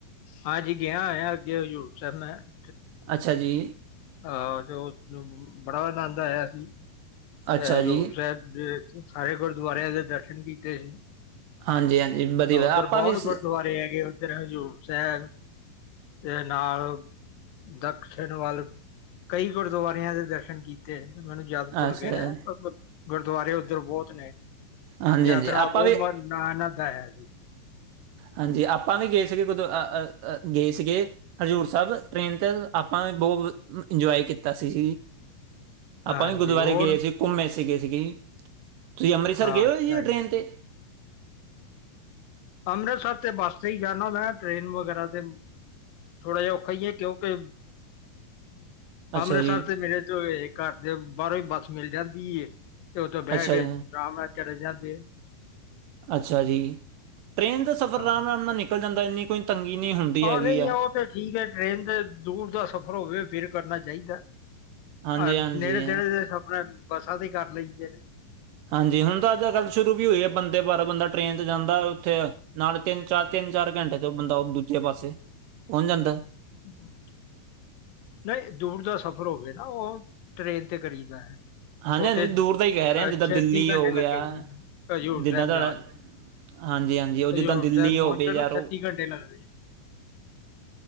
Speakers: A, on the left; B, on the right.
A: ਹਾਂਜੀ ਗਿਆ ਹੋਇਆ ਅੱਗੇ ਹਜ਼ੂਰ ਸਰਨ <unintelligible>
B: ਅੱਛਾ ਜੀ
A: ਆਹ ਤੇ ਉਸਨੂੰ ਬੜਾ ਆਨੰਦ ਆਇਆ ਸੀ
B: ਅੱਛਾ
A: ਤੇ ਹਜ਼ੂਰ
B: ਜੀ
A: ਸਾਹਿਬ ਦੇ ਸਾਰੇ ਗੁਰਦੁਆਰਿਆਂ ਦੇ ਦਰਸ਼ਨ ਕੀਤੇ ਸੀ
B: ਹਾਂਜੀ ਹਾਂਜੀ ਵਧੀਆ
A: ਉੱਧਰ
B: ਆਪਾਂ
A: ਬਹੁਤ
B: ਵੀ ਸ-
A: ਗੁਰਦੁਆਰੇ ਹੈਗੇ ਉੱਧਰ ਹਜ਼ੂਰ ਸਾਹਿਬ ਤੇ ਨਾਲ ਦਕਿਸ਼ਣ ਵੱਲ ਕਈ ਗੁਰਦੁਆਰਿਆਂ ਦੇ ਦਰਸ਼ਨ ਕੀਤੇ ਮੈਨੂੰ ਯਾਦ ਭੁੱਲ
B: ਅੱਛਾ
A: ਗਏ ਨੇ ਗੁਰਦੁਆਰੇ ਉੱਧਰ ਬਹੁਤ ਨੇ
B: ਹਾਂਜੀ
A: ਯਾਤਰਾ
B: ਹਾਂਜੀ ਆਪਾਂ
A: ਬਹੁਤ
B: ਵੀ
A: ਆਨੰਦ ਆਇਆ ਸੀ
B: ਹਾਂਜੀ ਆਪਾਂ ਵੀ ਗਏ ਸੀਗੇ ਅ ਅ ਗਏ ਸੀਗੇ ਹਜ਼ੂਰ ਸਾਹਿਬ ਟ੍ਰੇਨ ਤੇ ਆਪਾਂ ਵੀ ਬਹੁਤ ਇੰਜੋਏ ਕੀਤਾ ਸੀ ਸੀ
A: ਹਾਂਜੀ
B: ਆਪਾਂ ਵੀ ਗੁਰਦੁਆਰੇ
A: ਹੋਰ
B: ਗਏ ਸੀ ਘੁੰਮੇ ਸੀ ਗਏ ਸੀਗੇ ਜੀ ਤੁਸੀਂ ਅੰਮ੍ਰਿਤਸਰ
A: ਹਾਂ
B: ਗਏ ਹੋ
A: ਸਹੀ
B: ਜੀ ਇਹ ਟ੍ਰਰੇਨ 'ਤੇ
A: ਅੰਮ੍ਰਿਤਸਰ ਤੇ ਬੱਸ ਤੇ ਹੀ ਜਾਦਾ ਮੈਂ ਟ੍ਰੇਨ ਵਗੈਰਾ ਤੇ ਥੋੜਾ ਜਿ ਔਖਾ ਹੀ ਹੈ ਕਿਉਂਕਿ
B: ਅੱਛਾ
A: ਅੰਮ੍ਰਿਤਸਰ
B: ਜੀ
A: ਤੇ ਮੇਰੇ ਘਰ ਦੇ ਬਾਹਰੋਂ ਹੀ ਬੱਸ ਮਿਲ ਜਾਂਦੀ ਤੇ ਉੱਥੋਂ ਬਹਿ
B: ਅੱਛਾ
A: ਕੇ
B: ਜੀ
A: ਅਰਾਮ ਨਾਲ ਚਲੇੇ ਜਾਂਦੇ
B: ਅੱਛਾ ਜੀ ਟ੍ਰਰੇਨ ਦਾ ਸਫ਼ਰ
A: ਹਾਂ
B: ਅਰਾਮ ਅਰਾਮ ਨਾਲ ਨਿਕਲ ਜਾਂਦਾ ਇੰਨੀ ਕੋਈ ਤੰਗੀ ਨਹੀਂ ਹੁੰਦੀ ਹੈਗੀ
A: ਆਹ ਨਹੀਂ
B: ਆ
A: ਊਹ ਤੇ ਠੀਕ ਏ, ਟ੍ਰਰੇਨ ਦੇ ਦੂਰ ਦਾ ਸਫ਼ਰ ਹੋਵੇ ਫਿਰ ਕਰਨਾ ਚਾਹੀਦਾ।
B: ਹਾਂਜੀ
A: ਅਹ
B: ਹਾਂਜੀ
A: ਨੇੜੇ ਤੇੜੇ ਤੇ ਸਫਰ ਬੱਸਾਂ ਤੇ ਕਰ ਲਈ ਦੇ ਨੇ
B: ਹਾਂਜੀ, ਹੁਨ ਤਾਂ ਅੱਜ ਕੱਲ ਸ਼ੁਰੂ ਵੀ ਹੋਈ ਏ, ਬੰਦੇ ਭਾਰਤ ਬੰਦਾ ਟ੍ਰੇਨ ਤੇ ਜਾਂਦਾ ਉੱਥੇ ਨਾਲੇ ਤਿੰਨ, ਚਾਰ ਤਿੰਨ, ਚਾਰ ਘੰਟੇ ਚੱ ਬੰਦਾ ਉਹ ਦੂਜੇ ਪਾਸੇ ਪਹੁੰਚ ਜਾਂਦਾ
A: ਹੂੰ। <unintelligible> ਨਹੀਂ ਦੂਰ ਦਾ ਸਫ਼ਰ ਹੋਵੇ ਨਾ, ਉਹ ਟ੍ਰਰੇਨ ਤੇ ਕਰੀਦਾ ਹੈ
B: ਹਾਂਜੀ,
A: ਉੱਥੇ
B: ਹਾਂਜੀ ਦੂਰ ਦਾ ਹੀ ਕਹਿ ਰਹੇ
A: ਅ
B: ਜਿੱਦਾਂ
A: ਛੱਤੀ
B: ਦਿੱਲੀ
A: ਘੰਟੇ
B: ਹੋ
A: ਲੱਗੇ
B: ਗਿਆ,
A: ਸੀ ਹਜ਼ੂਰ
B: ਜਿੱਦਾਂ
A: ਸਾਹਿਬ
B: ਤੁਹਾਡਾ
A: ਜਾਣ ਨੂੰ
B: ਹਾਂਜੀ-ਹਾਂਜੀ ਉ
A: ਹਜ਼ੂਰ
B: ਜਿੱਦਾ ਦਿੱਲੀ
A: ਸਾਹਿਬ
B: ਹੋਵੇ
A: ਪਹੁੰਚਣ
B: ਯਾਰ
A: ਨੂੰ
B: ਔ
A: <unintelligible>